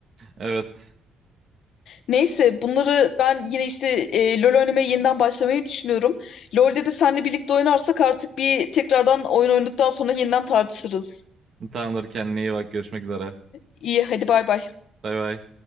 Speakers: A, on the right; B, on the left.
A: Evet
B: Neyse bunları ben yine işte e, LoL oynamaya yeniden başlamayı düşünüyorum. LoL'de de seninle birlikte oynarsak artık bir tekrardan oyun oynadıktan sonra yeniden tartışırız.
A: tamamdır kendine iyi bak görüşmek üzere.
B: İyi hadi bay bay.
A: Bay bay.